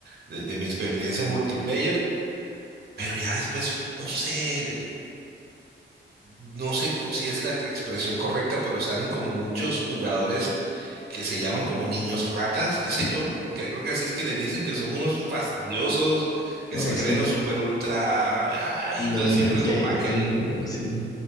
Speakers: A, on the right (about 50°); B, on the left (about 20°).
A: de, de mi experiencia multiplayer. Pero ya después, no sé, no sé cu- si es la expresión correcta, pero salen como muchos jugadores que se llaman como niños ratas, qué sé
B: <laughs>
A: yo, como que creo que así es que les dicen que son unos fastidiosos, que
B: No,
A: se creen
B: sí,
A: los super ultra, ay,
B: lo-
A: entonces siempre
B: los, jefes
A: te opacan
B: y todo, sí.